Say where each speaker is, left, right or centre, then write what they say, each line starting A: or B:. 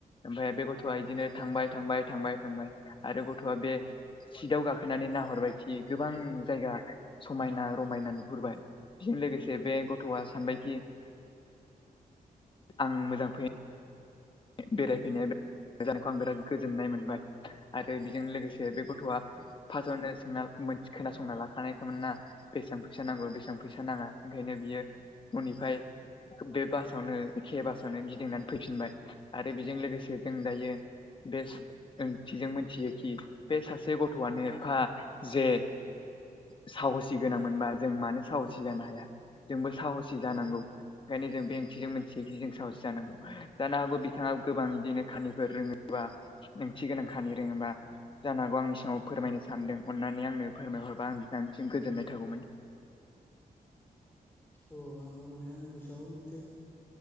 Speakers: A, on the left; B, on the left.
A: ओमफाय बे गथ'आ बिदिनो थांबाय थांबाय थांबाय थांबाय आरो गथ'आ बे सिटाव गाखोनानै नाहरबाय खि गोबां जायगा समायना रमायना नुहुरबाय बेजों लोगोसे बे गथ'आ सानबायखि आं मोजां फै बेरायफैनाया मोजानायखौ आं बिराद <unintelligible> गोजोननाय मोनबाय आरो बेजों लोगोसे बेथ' गथ'आ फार्स्टावनो खोनासंना लाखानायखामोन ना बेसेबां फैसा नांगौ बेसेबां फैसा नाङा ओंखायनो बियो नननिफ्राय
B: औ
A: बे बासावनो एखे बासावनो गिदिंनानै फैफिनबाय आरो बेजों लोगोसे जों दायो बे ओंथिजों मिथियोखि बे सासे गथ'आनो एफा जे साहसि गोनां मोनबा जों मानो साहसि जानो हाया जोंबो साहसि
B: औ
A: जानांगौ ओंखायनो जों बे ओंथेजों मोनथियखि जों साहस जानो हागौ बिथाङा गोबां बिदिनो खानिफोर रोङोबा ओंथि गोनां खानि रोङोबा जानोगौ आंनि सिगाङाव फोरमायनो सानदों अन्नानै आंनो फोरमायहरबा आं बिथांनिसिम गोजोननाय थागौमोन
B: औ आंबो माने आंनि गोसोआव मोनसे